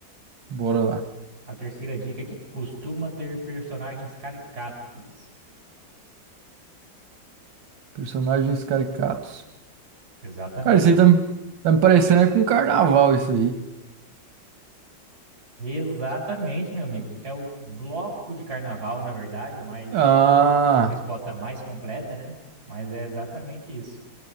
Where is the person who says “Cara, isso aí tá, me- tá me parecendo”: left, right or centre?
Right